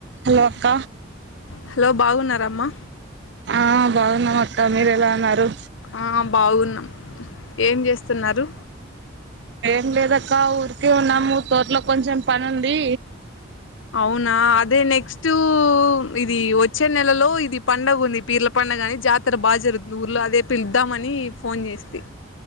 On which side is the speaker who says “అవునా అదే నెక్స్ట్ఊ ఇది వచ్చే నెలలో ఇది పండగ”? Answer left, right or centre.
Left